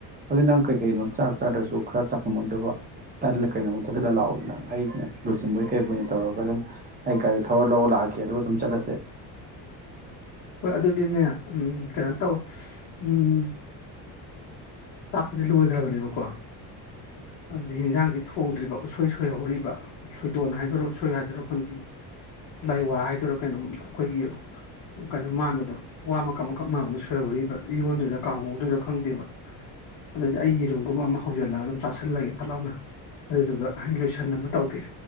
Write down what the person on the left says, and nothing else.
ꯍꯣꯏ ꯑꯗꯨꯗꯤꯅꯦ ꯎꯝ ꯀꯩꯅꯣ ꯇꯧ ꯎꯝ ꯆꯥꯛꯄꯁꯦ ꯂꯣꯏꯈ꯭ꯔꯕꯅꯦꯕꯀꯣ ꯑꯗꯨꯗꯩ ꯍꯤꯟꯖꯥꯡꯗꯤ ꯊꯣꯡꯗ꯭ꯔꯤꯕ ꯎꯁꯣꯏ ꯁꯣꯏꯍꯧꯔꯤꯕ꯫ ꯁꯣꯏꯗꯣꯟ ꯍꯥꯏꯗꯣꯔꯣ ꯁꯣꯏ ꯍꯥꯏꯗꯣꯏꯔꯣ ꯈꯪꯗꯦ ꯂꯥꯏ ꯋꯥ ꯍꯥꯏꯗꯣꯏꯔꯣ ꯀꯩꯅꯣꯝ ꯑꯩꯈꯣꯏꯒꯤ꯫ ꯀꯩꯅꯣ ꯃꯥꯟꯕꯗꯣ ꯋꯥ ꯃꯀꯛ ꯃꯀꯛ ꯃꯥꯟꯕꯗꯣ ꯁꯣꯏꯍꯧꯔꯤꯕ ꯏꯔꯣꯟꯗꯣꯏꯔ ꯀꯥꯡꯍꯧꯗꯣꯏꯔ ꯈꯪꯗꯦꯕ꯫ ꯑꯗꯨꯗꯤ ꯑꯩꯒꯤ ꯔꯨꯝꯒꯨꯝꯕ ꯑꯃ ꯍꯧꯖꯤꯜꯂꯒ ꯑꯗꯨꯝ ꯆꯥꯥꯁꯜꯂꯒꯦ ꯐꯠꯍꯥꯎꯅ ꯑꯗꯨꯗꯨꯒ ꯑꯩ ꯂꯣꯏꯁꯟꯅꯕ ꯇꯧꯒꯦ꯫